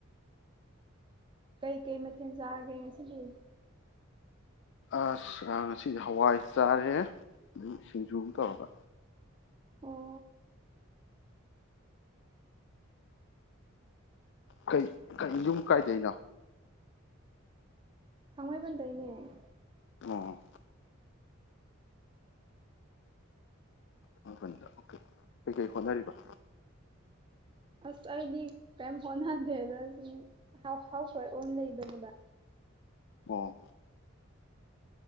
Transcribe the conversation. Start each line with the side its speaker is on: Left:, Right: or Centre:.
Right: ꯀꯩ ꯀꯩ ꯃꯊꯦꯜ ꯆꯥꯔꯒꯦ ꯉꯁꯤꯒꯤ
Left: ꯑꯁ ꯉꯁꯤꯗꯤ ꯍꯋꯥꯏ ꯆꯥꯔꯦ ꯑꯗꯒꯤ ꯁꯤꯡꯖꯨ ꯑꯃ ꯇꯧꯔꯒ
Right: ꯑꯣ
Left: ꯀꯩ ꯌꯨꯝ ꯀꯥꯏꯗꯩꯅꯣ
Right: ꯊꯥꯡꯃꯩꯕꯟꯗ ꯩꯅꯦ
Left: ꯑꯣ ꯃꯥꯄꯜꯗ ꯑꯣꯀꯦ ꯀꯩꯀꯩ ꯍꯣꯠꯅꯔꯤꯕ
Right: ꯑꯁ ꯑꯩꯗꯤ ꯀꯩꯝ ꯍꯣꯠꯅꯗꯦꯗ ꯑꯗꯨꯨꯝ ꯍꯥꯎ ꯍꯥꯎꯁꯋꯥꯏꯐ ꯑꯣꯏꯅ ꯂꯩꯕꯅꯦꯕ
Left: ꯑꯣ